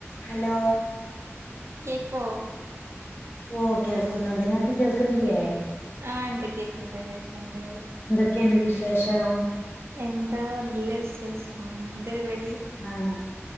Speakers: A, on the left (about 50°); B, on the right (about 60°).
A: ഹലോ
B: കേക്കോ
A: ഓ കേൾക്കുന്നുണ്ട് ങ്ങൾക്ക് കേൾക്ക്ന്നില്ലേ
B: ആഹ് ണ്ട് കേക്ക്ണ്ട് കേക്ക്ണ്ട്
A: ക്കെന് വിശേഷം
B: എന്താ നല്ല വിശേഷം എന്താ പര് വാടി.
A: ആണോ